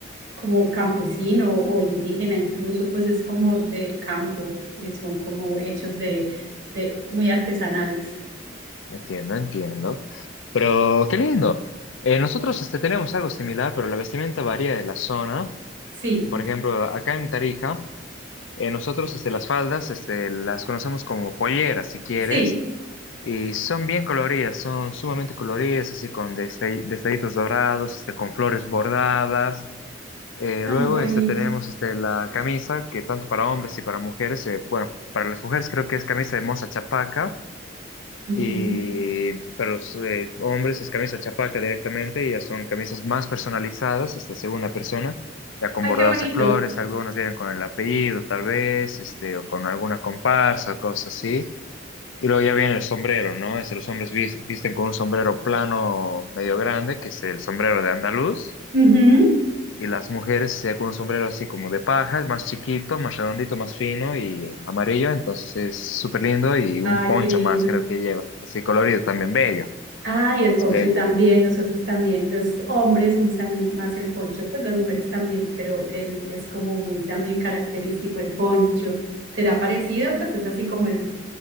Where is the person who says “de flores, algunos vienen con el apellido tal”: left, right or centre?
Left